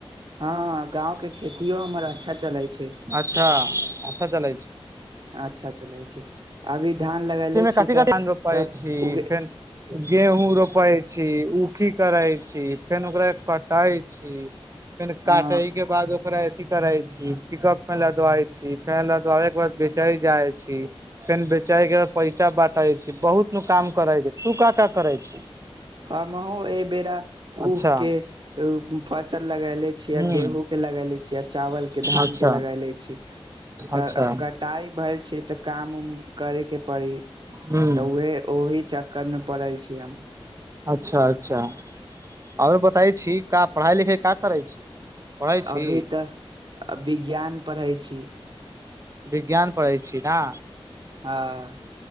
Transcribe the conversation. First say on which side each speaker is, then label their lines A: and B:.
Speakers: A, on the right; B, on the right.
A: हाँ गांव के खेतियो हमर अच्छा चलै छै,
B: अच्छा अच्छा चलै छै
A: अच्छा चलै छै। अभी धान लगले
B: ते मे
A: छी
B: कथी-कथी
A: तऽ
B: धान रोपै
A: सब
B: छी
A: उगे
B: फेन गेहूँ रो पै छी, उ की करै छी, फेन ओकरा कटे छी। फेन काटे
A: अ
B: के बाद ओकरा एथी करे छी, पिक-अप <unintelligible> छी, फेन लदवाबे के बाद बेचै जाय छी, फेन बेचै के पैसा बाटै छी बहुत नु काम करै छै, तू का-का करै छी।
A: हमहु एबेेरा
B: अच्छा
A: ऊह के उम्म फसल लगले छीया,
B: हूँ
A: गेहूँ के लगैले छीया, चावल के धान
B: अच्छा
A: के लगैले छी, त
B: अच्छा
A: अब कटाई भेल छै तऽ काम उम करै के पड़ी।
B: हूँ
A: तऽ उहे ओहि चक्कर मे पड़ल छी। <unintelligible>
B: अच्छा-अच्छा। आरो बताई छी। का पढ़ाई-लिखाई का करै छी। पढ़ै छी
A: अभी तऽ विज्ञान पढ़ै छी।
B: विज्ञान पढ़ै छी ना।
A: आ।